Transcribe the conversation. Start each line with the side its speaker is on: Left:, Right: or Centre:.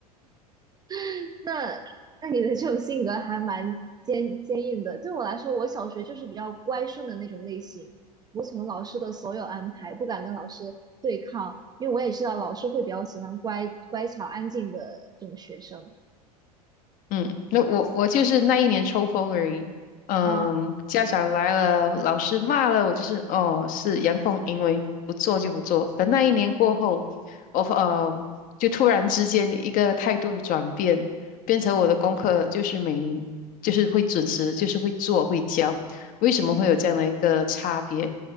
Right: <laughs> 那那你的这种性格还蛮坚坚硬的。对我来说，我小学就是比较乖顺的那种类型，服从老师的所有安排，不敢跟老师对抗，因为我也知道老师会比较喜欢乖乖巧安静的这种学生。
Left: 嗯，那我我就是那一年抽风而已。嗯，
Right: 啊，
Left: 家长来了，老师骂了，我就是哦，是阳奉阴违，不做就不做。可那一年过后，我呃就突然之间一个态度转变，变成我的功课就是每就是会准时，就是会做会教。为什么会有这样的一个差别？
Right: 嗯